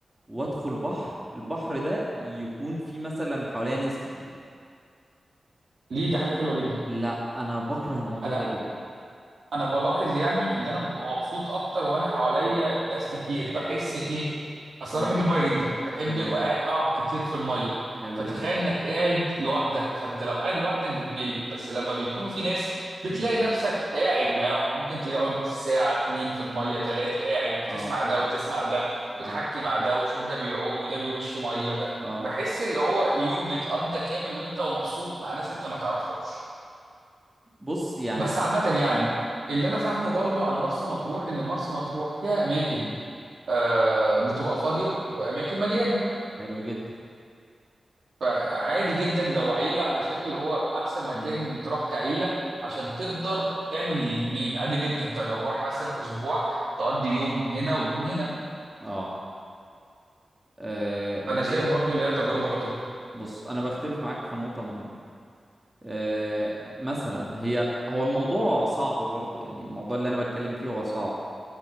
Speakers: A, on the right; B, on the right.
A: وادخل بحر البحر ده يكون فيه مثلا حواليا ناس كتير
B: ليه ده حاجة حلوة جدا
A: لا انا بكره الموضوع
B: انا
A: ده جدا
B: انا بلاحظ يعني اللي انا ببقى مبسوط اكتر وانا حواليا ناس كتير بحس ايه اصل
A: مم.
B: انا بحب الميه جدا بحب
A: حلو
B: ابقى
A: جدا
B: اقعد كتير في الميه
A: حلو
B: فتخيل
A: جدا
B: انك قاعد لوحدك فانت لو قاعد لوحدك بتمل بس لما بيكون في ناس بتلاقي
A: مم.
B: نفسك قاعد معاهم ممكن تقعد ساعة اتنين في المية تلاتة قاعد بتسمع
A: اه
B: ده وتسمع ده وتحكي
A: اه
B: مع ده وتشوف ده بيعوم وده بيرش مية وده
A: اه
B: بحس اللي هو يوم بيتقضى كامل وانت ومبسوط مع ناس انت ما تعرفهاش
A: بص يعني
B: بس عامة يعني
A: مم.
B: اللي
A: اتفضل.
B: أنا فاهمه برضو عن مرسى مطروح إن مرسى مطروح فيها أماكن آه بتبقى فاضية وأماكن مليانة
A: حلو جدا
B: فعادي جدا لو عيلة أنا شايف اللي هو أحسن مكان
A: مم.
B: يتراح كعيلة عشان تقدر تعمل الاتنين عادي جدا أنت لو روح مثلا أسبوع تقضي يوم هنا ويوم هنا
A: اه آه، ما
B: فأنا شايف
A: هي
B: برضو اللي هي تجربة لطيفة
A: بص انا بختلف معاك في نقطة مهمة آه، مثلا هي هو الموضوع صعب برضو يعني الموضوع اللي انا بتكلم فيه هو صعب